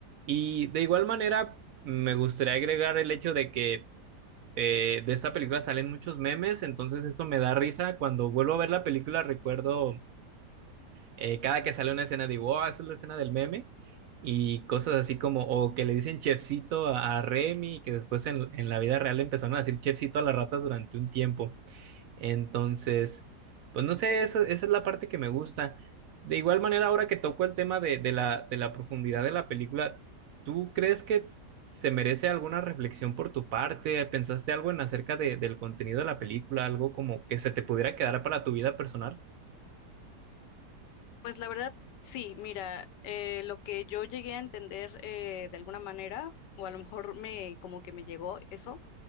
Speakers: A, on the right (about 70°); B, on the left (about 80°).
A: Y de igual manera, me gustaría agregar el hecho de que eh, de esta película salen muchos memes, entonces eso me da risa. Cuando vuelvo a ver la película, recuerdo eh, cada que sale una escena, digo, oh, esa es la escena del meme. Y cosas así como, o que le dicen chefcito a, a Remy, que después en, en la vida real empezaron a decir chefcito a las ratas durante un tiempo. Entonces, pues no sé, esa, esa es la parte que me gusta. De igual manera, ahora que toco el tema de, de la, de la profundidad de la película, ¿tú crees que se merece alguna reflexión por tu parte? ¿Pensaste algo en acerca de- del contenido de la película? ¿Algo como que se te pudiera quedar para tu vida personal?
B: Pues la verdad, sí, mira, eh, lo que yo llegué a entender eh, de alguna manera, o a lo mejor me, como que me llegó eso